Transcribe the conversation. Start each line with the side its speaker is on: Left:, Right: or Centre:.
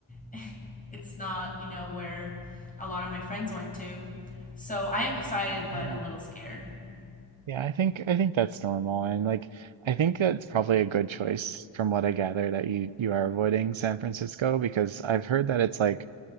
Left: <laughs> it's not, you know, where a lot of my friends went to. So I am excited, but
Right: Yeah.
Left: a little scared.
Right: Yeah, I think I think that's normal, and like I think that's probably a good choice from what I gather that you you are avoiding San Francisco because I've heard that it's like